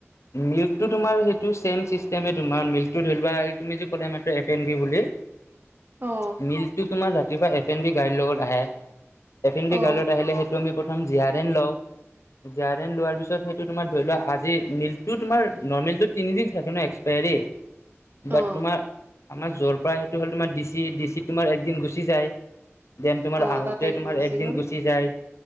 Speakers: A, on the left; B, on the right.
A: মিল্কটো তোমাৰ সেইটো ছেম চিষ্টেমে তোমাৰ মিল্কটো ধৰিলোৱাা তুমি য কলা আমাৰ এফ এন বি বুলি <unintelligible>
B: অ
A: মিলটো তোমাৰ জাতিৰ পৰা এফ এন বি গাড়ীৰ লগত আহে এফ এন বি
B: অ
A: গালত আহিলে সেইটো আমি প্ৰথম জিয়াৰ এন লও জিয়াৰ এন লোৱাৰ পিছত সেইটো তোমাৰ <unintelligible> ধৰি লোৱা আজি মিলটো তোমাৰ তিনি দিন থাকে ন এক্সপায়াৰী
B: অ
A: বা তোমাৰ আমাৰ যৰ পৰা সেইটো হ'ল তোমাৰ ডিচি ডিচি তোমাৰ একদিন গুচি যায় দেন তোমাৰ
B: অ
A: আহোঁতে
B: তাত
A: তোমাৰ একদিন
B: গ'ল
A: গুচি যায়